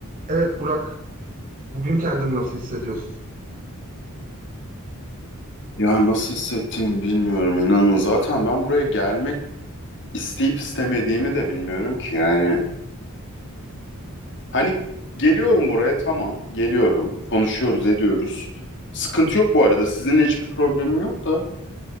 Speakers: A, on the right; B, on the left.
A: Evet Burak, bugün kendini nasıl hissediyorsun?
B: Ya nasıl hissettiğimi bilmiyorum inanın. Zaten ben buraya gelmek isteyip istemediğimi de bilmiyorum ki yani. Hani geliyorum buraya tamam geliyorum konuşuyoruz ediyoruz. Sıkıntı yok bu arada sizinle hiçbir problemim yok da.